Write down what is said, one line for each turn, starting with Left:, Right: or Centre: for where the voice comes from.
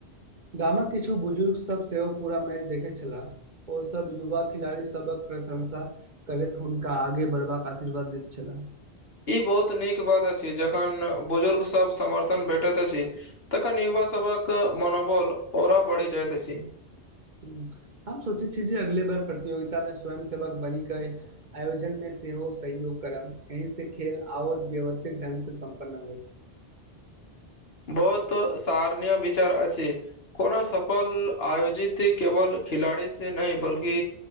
Right: गामक किछु बुजुर्गसभ सेहो पूरा मैच देखै छलै ओ सब युवा खिलाड़ी सबक प्रशंसा करैत हुनका आगे बढ़बाक आशीर्वाद दैत छलाह
Left: ई बहुत नीक बात अछि जखन बुजुर्ग सब समर्थन भेटैत अछि तक नवा सबवक मनोबल ओरा बढ़ि जाइत अछि
Right: ह हम सोचै छियै जे अगले बार प्रतियगिता मे स्वयं सेवक बनी के आयोजन मे सेहो सहयोग करब यी से खेल आओर व्यवस्थित ढ्ंग से सम्पन्न होय <unintelligible>
Left: बहुत सराहणीय विचार अछि कोना सफल आयोजित केवल खिलाड़ी से नहि बल्कि